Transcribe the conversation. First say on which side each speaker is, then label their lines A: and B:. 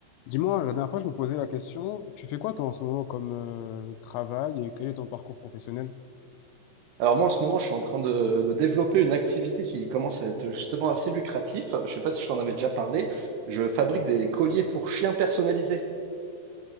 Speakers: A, on the left; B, on the right.
A: Dis-moi, la dernière fois, je me posais la question, tu fais quoi toi en ce moment comme euh, travail et quel est ton parcours professionnel?
B: Alors moi, en ce moment, je suis en train de, de développer une activité qui commence à être justement assez lucratif. Je sais pas si je t'en avais déjà parlé. Je fabrique des colliers pour chiens personnalisés.